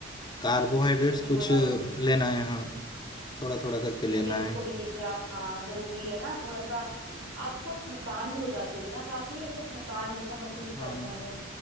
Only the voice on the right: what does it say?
ये भी
बोला होगा
ठीक
है उसको
भी लीजिए आप हाँ जरूरी है ना थोड़ा सा आपको थकान भी हो जाती होगी ना काफी ऐसा थकान जैसा महसूस
करते होंगे